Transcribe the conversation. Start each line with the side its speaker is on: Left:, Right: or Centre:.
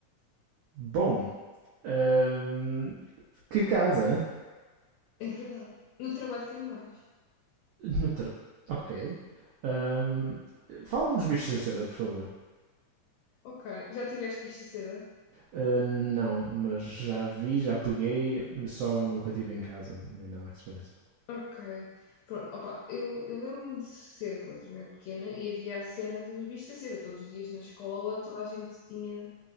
Right: Bom, Ahm, que casa?
Left: É verdade. No trabalho tenho mais.
Right: No tra- Ok. Ahm, Fala-me dos bichos da seda, por favor.
Left: Ok, já tiveste bicho da seda?
Right: Ah, não, mas já vi, já peguei, só nunca tive em casa, nem nada que se pareça.
Left: Ok. Pronto, opa, eu, eu lembro-me de ser relativamente pequena e havia a cena dos bichos da seda. Todos os dias na escola, toda a gente tinha